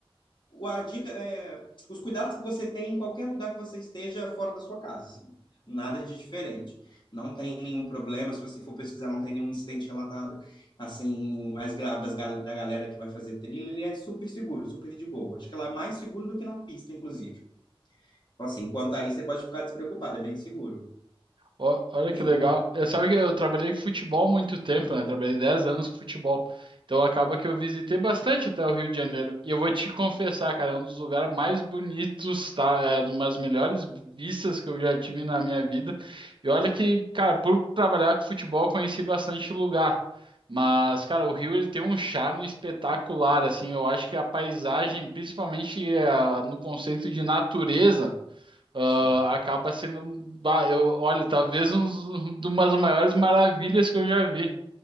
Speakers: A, on the left (about 50°); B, on the right (about 55°).
A: o- a dica é os cuidados que você tem em qualquer lugar que você esteja fora da sua casa, assim. Nada de diferente. Não tem nenhum problema, se você for pesquisar, não tem nenhum incidente relatado, assim, mais grave das, gal- da galera que vai fazer trilha, ele é super seguro, super de boa. Acho que ela é mais seguro do que na pista, inclusive. Então, assim, quanto a isso, você pode ficar despreocupado, é bem seguro.
B: Ó, Olha que
A: É,
B: legal. Eu, sabe que eu trabalhei com futebol há muito tempo, né? Trabalhei 10 anos com futebol. Então acaba que eu visitei bastante até o Rio de Janeiro. E eu vou te confessar, cara, é um dos lugares mais bonitos, tá? É uma das melhores vistas que eu já tive na minha vida. E olha que, cara, por trabalhar com futebol, eu conheci bastante lugar. Mas, cara, o Rio ele tem um charme espetacular, assim. Eu acho que a paisagem, principalmente eh, no conceito de natureza ah,
A: sim.
B: acaba sendo, um- bah, eu, olha, talvez um, de umas maiores maravilhas que eu já vi.